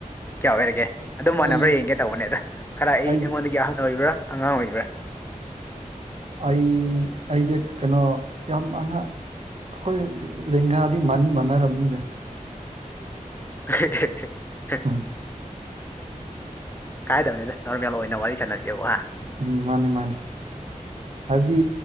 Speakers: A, on the left; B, on the right.
A: ꯀꯌꯥ ꯑꯣꯏꯔꯒꯦ ꯑꯗꯨꯝ ꯃꯥꯟꯅꯕ꯭ꯔꯥ
B: ꯑꯩ
A: ꯌꯦꯡꯒꯦ ꯇꯧꯕꯅꯦꯗ ꯈꯔ ꯑꯩ
B: ꯑꯩꯗꯤ
A: ꯑꯩꯉꯣꯟꯗꯒꯤ ꯑꯍꯟ ꯑꯣꯏꯕ꯭ꯔꯥ ꯑꯉꯥꯡ ꯑꯣꯏꯕ꯭ꯔꯥ
B: ꯑꯩ ꯑꯩꯗꯤ ꯀꯩꯅꯣ ꯌꯥꯝ ꯑꯉꯥꯡ ꯑꯩꯈꯣꯏ ꯂꯦꯡꯒꯥꯗꯤ ꯃꯥꯟꯗꯤ ꯃꯥꯟꯅꯔꯅꯤꯗ
A: <unintelligible>
B: ꯎꯝ
A: ꯀꯥꯏꯗꯕꯅꯦꯗ ꯅꯣꯔꯃꯦꯜ ꯑꯣꯏꯅ ꯋꯥꯔꯤ ꯁꯥꯟꯅꯁꯦꯕ ꯍꯥ
B: ꯎꯝ ꯃꯥꯅꯦ ꯃꯥꯅꯦ ꯍꯥꯏꯕꯗꯤ